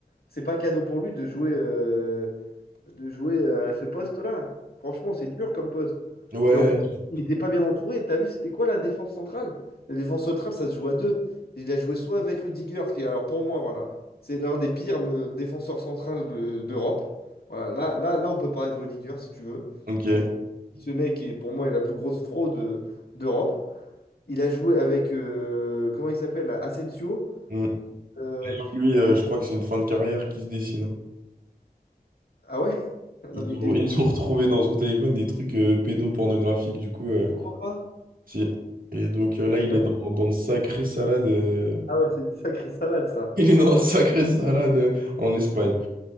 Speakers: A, on the left; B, on the right.
A: c'est pas cadeau pour lui de jouer. euh, de jouer euh, à ce poste-là. Franchement, c'est dur comme poste.
B: Ouais.
A: Et en plus, il n'était pas bien entouré. T'as vu, c'était quoi la défense centrale? La défense centrale, ça se joue à deux. Il a joué soit avec Rudiger, qui, alors pour moi, voilà, c'est l'un des pires euh, défenseurs centrales de- d'Europe. Voilà, là, là, là, on peut parler de Rudiger si tu veux.
B: Ok.
A: C'est ce mec qui est pour moi est la plus grosse fraude euh, d'Europe. Il a joué avec euh, comment il s'appelle? Asensio.
B: Hmm.
A: Euh,
B: Lui, euh, je crois que c'est une fin de carrière qui se dessine. hein.
A: ah ouais? <laughs>
B: Ils
A: Non mais il
B: ont,
A: est jeune,
B: ils ont <laughs> retrouvé dans son téléphone des trucs euh, pédopornographiques, du coup, euh,
A: je crois pas.
B: si. Et donc euh, là, il
A: Ouais.
B: est dans, dans une sacrée salade. euh,
A: Ah ouais, c'est une sacrée salade ça.
B: <laughs> Il est dans une sacrée salade euh, en Espagne.